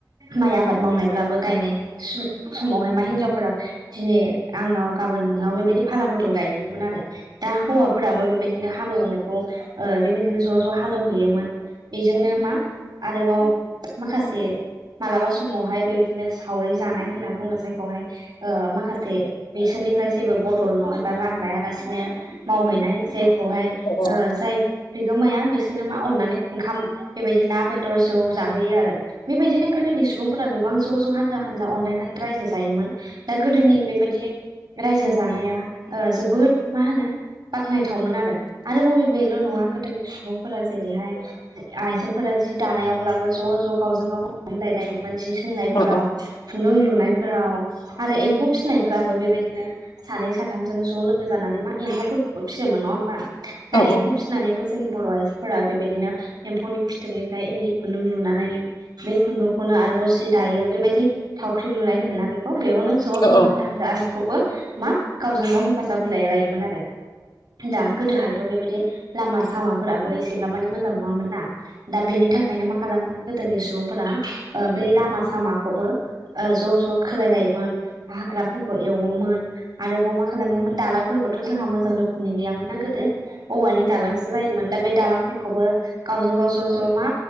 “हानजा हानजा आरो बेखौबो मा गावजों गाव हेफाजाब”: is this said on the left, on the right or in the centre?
Right